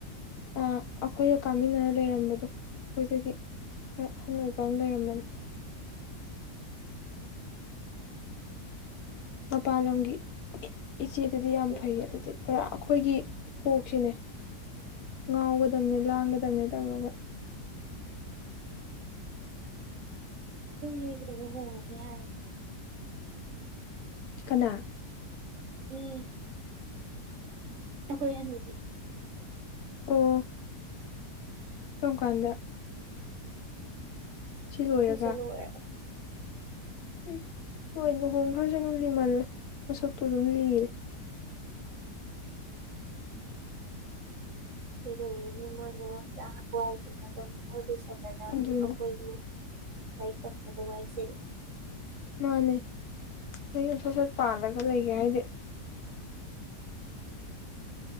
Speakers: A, on the left; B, on the right.
A: ꯑ ꯑꯩꯈꯣꯏꯒ ꯀꯥꯃꯤꯟꯅꯔ ꯂꯩꯔꯝꯕꯗꯣ ꯑꯩꯈꯣꯏꯗꯒꯤ ꯈꯔ ꯑꯍꯟ ꯑꯣꯏꯕ ꯑꯃ ꯂꯩꯔꯝꯕꯅꯤ ꯑ ꯄꯂꯒꯤꯤ ꯏꯆꯦꯗꯨꯗꯤ ꯌꯥꯝ
B: ꯑꯩꯈꯣꯏ
A: ꯐꯩ ꯑꯗꯨꯗꯤ ꯄꯨꯔꯥ ꯑꯩꯈꯣꯏꯒꯤ ꯀꯣꯛꯁꯤꯅꯦ ꯉꯥꯎꯒꯗꯝꯕꯅꯦ ꯂꯥꯡꯒꯗꯝꯕꯅꯦ ꯇꯧꯔꯒ
B: ꯑꯩꯣꯏ ꯍꯒ ꯍꯒ ꯍꯥꯏ
A: ꯀꯅꯥ
B: ꯎꯝ ꯑꯩꯈꯣꯏ ꯍꯅꯕꯤꯔ
A: ꯑꯣ ꯀꯔꯝ ꯀꯥꯟꯗ ꯁꯤ ꯂꯣꯏꯔꯒ
B: ꯁꯤꯁꯦ ꯅꯅꯨꯡ
A: ꯎꯝ ꯍꯣꯏ ꯂꯨꯍꯣꯡ ꯈ꯭ꯔꯁꯨ ꯑꯗꯨꯝ ꯂꯤꯃꯜꯂꯦ ꯃꯁꯛꯇꯣ ꯑꯗꯨꯝ ꯂꯤꯔꯦ
B: ꯎ ꯀꯩꯗꯧꯕꯅꯤ ꯃꯣꯏꯅ ꯆ ꯍꯋꯥꯏ ꯁꯤꯟꯅꯕꯅꯤꯣꯏ ꯂꯣꯏꯁꯝꯗꯅ
A: ꯑꯗꯨꯅꯤ
B: ꯑꯩꯈꯣꯏꯕꯨ ꯂꯥꯏꯔꯤꯛ ꯇꯝꯕꯗ ꯋꯥꯁꯤꯜꯂꯦ
A: ꯃꯥꯅꯦ ꯅ ꯌꯨꯝ ꯁꯠ ꯁꯠ ꯄꯥꯜꯂꯒ ꯂꯩꯒꯦ ꯍꯥꯏꯗꯤ